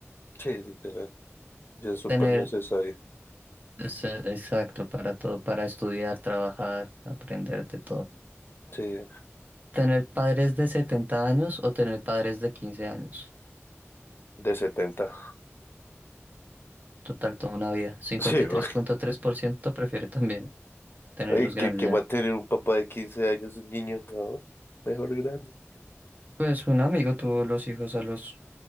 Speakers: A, on the left; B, on the right.
A: Sí, literal. Ya es súper
B: Tener,
A: necesario.
B: es, eh, exacto, para todo, para estudiar, trabajar, aprender de todo.
A: Sí,
B: Tener padres de 70 años o tener padres de 15 años.
A: de setenta
B: Total, toda una vida. cincuenta
A: Sí,
B: y tres
A: <laughs>
B: tres punto tres por ciento prefiere también tener
A: Ay,
B: los
A: que,
B: grandes
A: que
B: ya.
A: va a tener un papá de 15 años, un niño, ¿no? Mejor grande.
B: Pues un amigo tuvo los hijos a los...